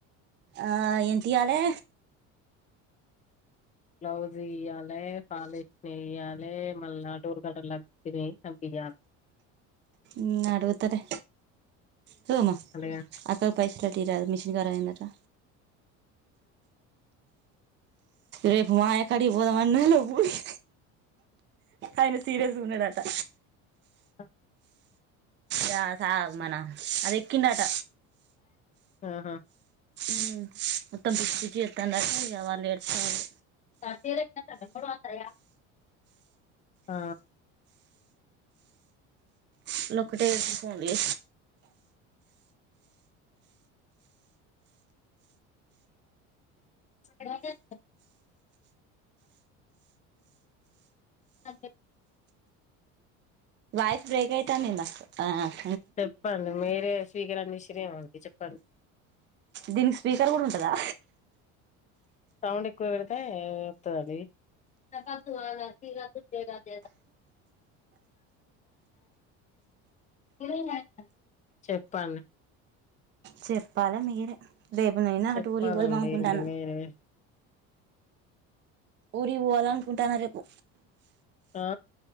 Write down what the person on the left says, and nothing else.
బ్లౌజ్ ఇయ్యాలే పాల్ష్ సే ఎయ్యాలే మళ్ళా డొర్ కటన్ లు అన్నిటివి వేస్ అంపి ఇయ్యాల్
అంతేగా
ఆ
ఆహా
కాఫీ లేకి మరి బెల్లం కూడా అవుతాయ ఆ
ఎవరు జేతాన్లు అరే
చెప్పండి మీరే స్పీకర్ ఆన్ చేసిర్రో ఏమో చెప్పండి
సౌండ్ ఎక్కువ పెడితే వస్తదండి త త అగా తీగా దగాద <unintelligible> చెప్పండి
చెప్పాలండి
ఇంకా మీరే
ఆ